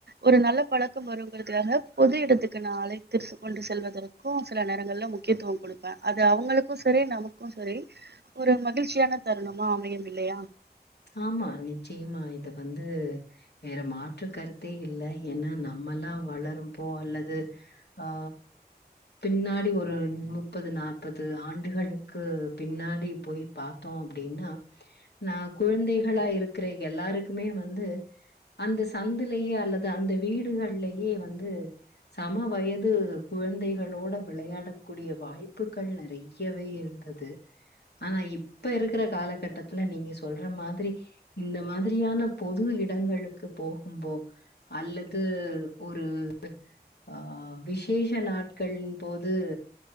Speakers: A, on the right (about 80°); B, on the left (about 85°).
A: ஒரு நல்ல பழக்கம் வருங்கிறதுக்காக பொது எடத்துக்கு நா அழைத்திட் கொண்டு செல்வதற்கு சில நேரங்கள்ல முக்கியத்துவோ குடுப்ப அது அவங்களுக்கு சரி நமக்கு சரி ஒரு மகிழ்ச்சியான தருணமா அமையும் இல்லையா
B: ஆமா நிச்சயமா இது வந்து வேற மாற்று கருத்தே இல்ல ஏன்ன நம்மல்லா வளரும்போ அல்லது ஆ பின்னாடி ஒரு நுப்பது நாற்பது ஆண்டுகளுக்கு பின்னாடி போய் பாத்தோ அப்டினா நா குழந்தைகளா இருக்கிற எல்லாருக்குமே வந்து அந்த சந்துலயே அல்லது அந்த வீடுகள்லயே வந்து சம வயது குழந்தைகளோட விளையாட கூடிய வாய்ப்புகள் நெறை யவே இருந்தது ஆனா இப்ப இருக்குற காலகட்டத்துல நீங்க சொல்ற மாதிரி இந்த மாதிரியான பொது இடங்களுக்கு போகும்போ அல்லது ஒரு ஆ விசேஷ நாட்களின் போது